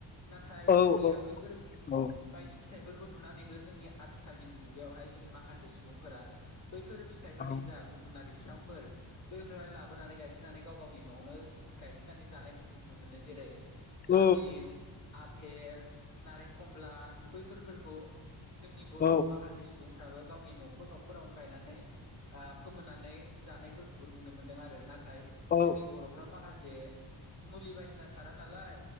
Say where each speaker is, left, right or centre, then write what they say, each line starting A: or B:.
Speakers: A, on the left (about 40°); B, on the left (about 25°).
A: नाथाय
B: औ
A: जोंनिया बैफोर
B: औ
A: बायदि फिथाइफोरखौ नुनानैबो जोंनिया आथिखालनि मुगायावहाय जोंनि माखासे सुबुंफोरा बैफोर फिथाइफोरनि
B: औ औ
A: जा गुबुना बिफांफोर बैफोरहाय लाबोनानै गायफैनानै गाव गावनि न'आवनो गायफिननानै जानायफोरखौ नुनो मोन्दों जेरै
B: औ
A: दालिम, आफेल, नारेंखमला बैफोरफोरखौ जोंनि बर'आव
B: औ
A: माखासे सुबुं फ्राबो गावनि न'खर न'खरावनो गायनानै आ फोमोननानै जानायफोरखौबो नुनो मोनदों आरो नाथाय
B: औ
A: जोंनि बर'फ्रा माखासे मुलि बायदिसिना सारा नालाय